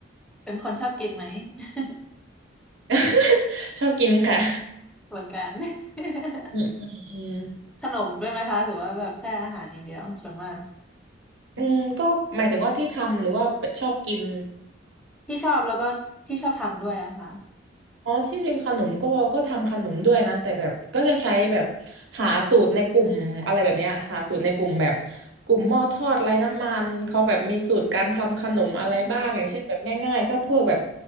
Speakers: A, in the centre; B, on the right (about 75°).
A: เป็นคนชอบกินไหม <laughs>
B: <laughs> ชอบกินค่ะ
A: เหมือนกัน <laughs>
B: อืมอืมอืม
A: ขนมด้วยไหมคะหรือว่าแบบแค่อาหารอย่างเดียวส่วนมาก
B: อืมก็หมายถึงว่าที่ทำหรือว่าชอบกิน
A: ที่ชอบแล้วก็ที่ชอบทำด้วยอะค่ะ
B: อ๋อที่จริงขนมก็ก็ทำขนมด้วยนะ แต่แบบก็จะใช้แบบหาสูตรในกลุ่มอะไรแบบเนี้ยหาสูตรในกลุ่มแบบกลุ่มหม้อทอดไร้น้ำมันเขาแบบมีสูตรการทำขนมอะไรบ้าง
A: อืม
B: อย่างเช่นแบบง่ายๆก็พวกแบบ